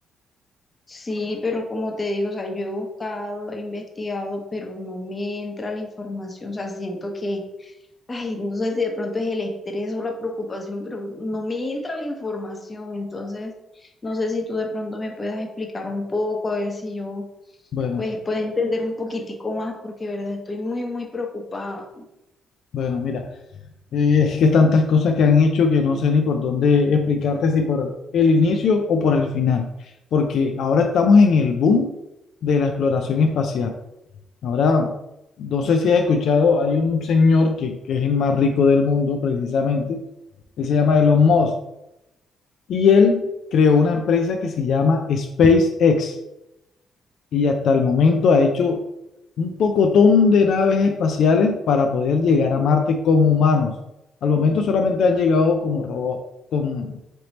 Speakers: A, on the left; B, on the left.
A: Sí, pero como te digo, o sea, yo he buscado, he investigado, pero no me entra la información. O sea, siento que Ay, no sé si de pronto es el estrés o la preocupación, pero no me entra la información, entonces no sé si tú de pronto me puedas explicar un poco, a ver si yo
B: Bueno,
A: pues puedo entender un poquitico más, porque de verdad estoy muy, muy preocupada.
B: bueno, mira, Eh, es que tantas cosas que han hecho que no sé ni por dónde explicarte, si por el inicio o por el final, porque ahora estamos en el boom de la exploración espacial. Ahora, no sé si has escuchado, hay un señor que, que es el más rico del mundo, precisamente, él se llama Elon Musk, y él creó una empresa que se llama SpaceX y hasta el momento ha hecho un pocotón de naves espaciales para poder llegar a Marte con humanos. Al momento solamente han llegado como robot, con,